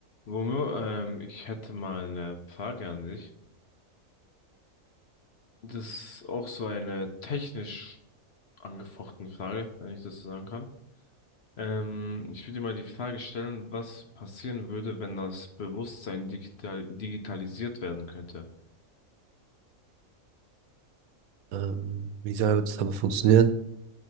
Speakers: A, on the left; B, on the right.
A: Romeo, ähm, ich hätte mal eine Frage an dich. Das ist auch so eine technisch angefochtene Frage, wenn ich das so sagen kann. Ähm, ich würde dir mal die Frage stellen, was passieren würde, wenn das Bewusstsein digital digitalisiert werden könnte?
B: Ähm, wie soll das aber funktionieren?